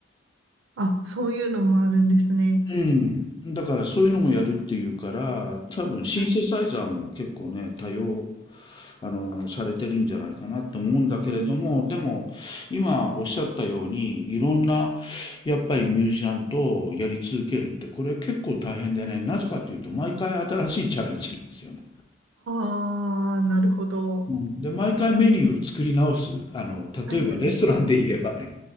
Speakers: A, on the right; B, on the left.
A: あ、そういうのもあるんですね。
B: うん、だからそういうのもやるっていうから、多分シンセサイザーも結構ね、
A: はい
B: 多用、あの、されてるんじゃないかなと思うんだけれども、
A: あ
B: でも、今おっしゃったように、いろんな、やっぱりミュージシャンとやり続けるって、これ結構大変でね、なぜかっていうと、毎回新しいチャレンジなんですよね。
A: あー、なるほど。
B: うん、で、毎回メニューを作り直す。あの、
A: はいはい。
B: 例えばレストランで言えばね、